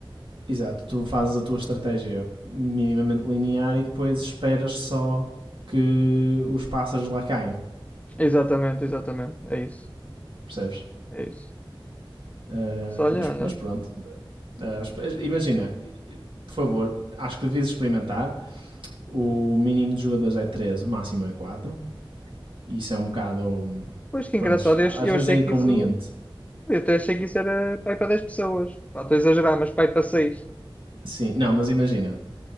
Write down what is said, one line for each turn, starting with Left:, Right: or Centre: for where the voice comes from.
Right: Exato. Tu fazes a tua estratégia minimamente linear e depois esperas só que os pássaros lá caiam.
Left: Exatamente, exatamente, é isso,
Right: Percebes?
Left: é isso.
Right: Uh,
Left: Mas olha,
Right: mas, mas pronto. Uh, imagina, por favor, acho que devias experimentar. O mínimo de jogadores é 3, o máximo é 4. Isso é um bocado.
Left: pois que engraçado,
Right: Pronto, às
Left: eu, ach- eu
Right: vezes
Left: achei
Right: é inconveniente.
Left: que isso, eu até achei que isso era pai para 10 pessoas. Pá, estou a exagerar, mas pai para seis
Right: Sim, não, mas imagina,